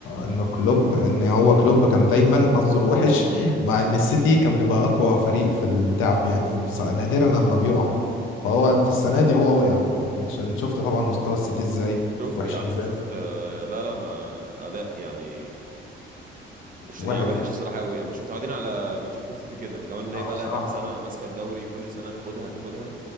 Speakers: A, on the left; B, on the right.
A: ان كلوب ان هو كلوب كان دايما حظه الوحش <laughs> مع ان السيتي كان بيبقى اقوى فريق في البتاع يعني ص- نادرا لما بيقع فهو السنه دي هو وقع يعني انت إنت شفت طبعا مستوى السيتي ازاي
B: شفت
A: وحش
B: يا عم
A: ازاي
B: شفت آه، لا لا ما اداء يعني مش
A: واحد
B: يعني وحش الصراحة قوي يعني مش متعودين على مانشستر سيتي كده وكمان ان
A: اه
B: هي بقى
A: بصراحة
B: لها كام سنة ماسكة الدوري كل سنة تاخدها تاخدها